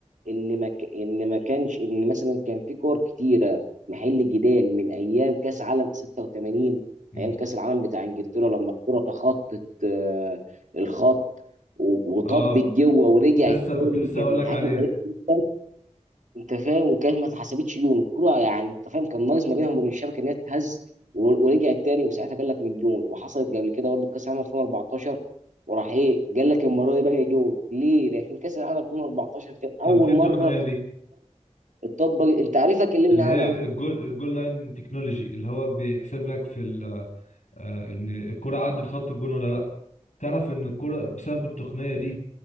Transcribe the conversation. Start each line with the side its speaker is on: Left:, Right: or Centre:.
Right: ان ما ك... ان ما كانش ان مثلا كان في كور كتيره محل جدال من ايام كاس عالم 86
Left: امم
Right: ايام كاس العالم بتاع انجلترا لما الكره تخطت آه، الخط و- وطبت
Left: اه
Right: جوه ورجعت
Left: كنت لسه
Right: تاني
Left: كنت لسه
Right: كانت
Left: هقول
Right: من
Left: لك
Right: الحاجات
Left: عليها
Right: الغريبه جدا انت فاهم وكانت ما اتحسبتش جون الكره يعني انت فاهم كان ناقص ما بينهم وبين الشبكه ان هي تتهز و- ورجعت تاني وساعتها قال لك من جون وحصلت قبل كده برضه كاس العالم 2014 وراح ايه قال لك المره دي بقى جون ليه؟ لكن كاس العالم 2014 كان اول
Left: كان في التقنيه
Right: مره
Left: دي
Right: اتطبق انت عارفها كلمني
Left: اللي
Right: عنها
Left: هي الجول الجول لاين تكنولوجي اللي هو بيحسب لك في ال- آه، ان الكرة عدت خط الجون ولا لا تعرف ان الكرة بسبب التقنية دي